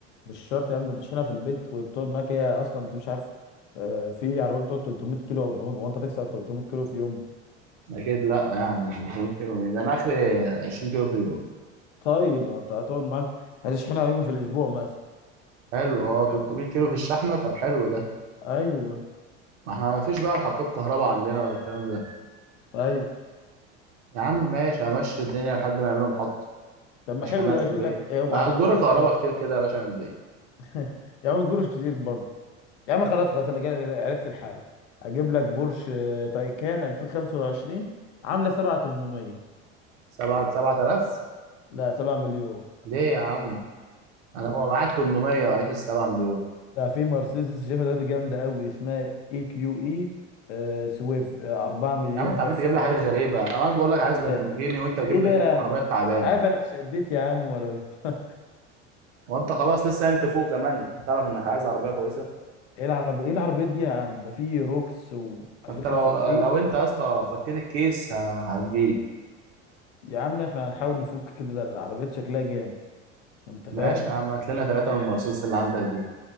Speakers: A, on the left; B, on the right.
A: مش شرط يا عم ده تشحنها في البيت وبتقعد معاك هي اصلا انت مش عارف آه، في عربيه بتقعد 300 كيلو او 400 وانت تكسر 300 كيلو في يوم
B: اكيد لا يعني 500 كيلو مين ده انا اخري 20 كيلو في اليوم
A: طيب ما انت هتقعد معاك هتشحنها يوم في الاسبوع مثلا
B: حلو
A: انت
B: اه
A: فاهم
B: 300 كيلو في الشحنه طب حلو ده
A: ايوه
B: ما احنا ما فيش بقى محطات كهرباء عندنا ولا الكلام ده
A: ايوه
B: يا عم ماشي همشي الدنيا لحد ما يعملوا محطه
A: طب ما
B: اشحنها
A: حلو ده
B: في البيت
A: اشوف لك اوعى
B: ما هتجر
A: وقع
B: كهرباء
A: قدامي
B: كتير كده يا باشا من البيت
A: <laughs> يا عم الجروش كتير يا عم خلاص خلاص انا جاي عرفت الحل اجيب لك بورش آه، تايكان 2025 عامله 7800
B: 7 7000
A: لا 7 مليون
B: ليه يا عم انا ما معاك 800 معيش ال 7 مليون
A: ده في مرسيدس شايفها دلوقتي جامده قوي اسمها اي كيو اي آه، سويف آه، 4 مليون
B: يا عم انت عمال
A: بس
B: تجيب لي
A: آه،
B: حاجات غريبه انا عمال بقول لك عايز
A: ايه ده
B: لامبورجيني وانت بتجيب
A: ايه ده
B: لي
A: يا
B: عربيات
A: عم
B: تعبانه
A: مش عارف انا اتشدت يا عم ولا مش <laughs>
B: وانت خلاص لسه قايم تفوق كمان تعرف انك
A: ده
B: عايز
A: في-
B: عربيه كويسه
A: ايه العربي ايه العربيات دي يا عم ده في روكس و 2025
B: ما انت لو لو
A: ايه
B: انت يا اسطى فكيت الكيس ه- هتجيب
A: يا عم احنا هنحاول نفك كده ده العربيات شكلها جامد انت فاهم
B: ماشي يا عم هات لنا ثلاثه من المرسيدس اللي عندك دي